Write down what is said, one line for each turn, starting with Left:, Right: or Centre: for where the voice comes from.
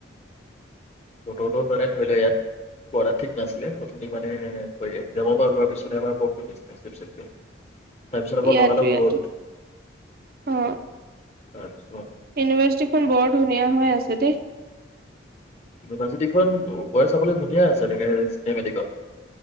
Left: বতৰটো মানে ধৰি লোৱা ইয়াত বৰদাত ঠিক নাছিলে সুনি মানে যাবৰ পৰা লোৱাৰ পিছত আমাৰ বৰষুণ দিছিলে তাৰপিছত আকৌ
Right: ইয়াতো
Left: লগালগ
Right: ইয়াতো
Left: ৰ'দ
Right: অ
Left: হয়
Right: ইউনিভাৰ্চিটিখন বৰ্ড ধুনীয়া হৈ আছে দেই।
Left: ইউনিভাৰ্চিটিখন ওপৰে চাবলৈ ধুনীয়া আছে এনেকে এহ মেডিকল